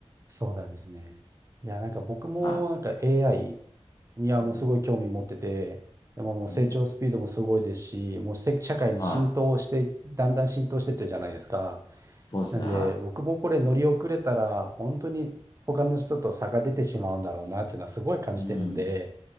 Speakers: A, on the right (about 30°); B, on the left (about 40°).
A: そうなんですね。いや、なんか僕もなんか
B: は
A: AI にはもうすごい興味持ってて、
B: い。うん。
A: でももう成長スピードもすごいですし、
B: うん。
A: もうせ社会に浸透して、
B: はい。
A: だんだん浸透してってるじゃないですか。
B: そうですね。
A: なんで、
B: は
A: 僕もこれ乗り遅れたら、本当に他の人と差が出てしまうんだろうなっていうのはすごい感じてるんで、
B: い。うん。